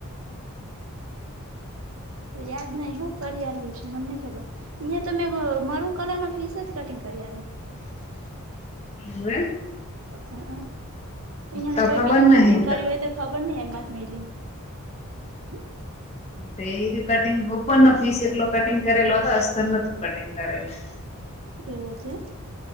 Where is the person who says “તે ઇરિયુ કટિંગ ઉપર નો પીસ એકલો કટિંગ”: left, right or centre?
Left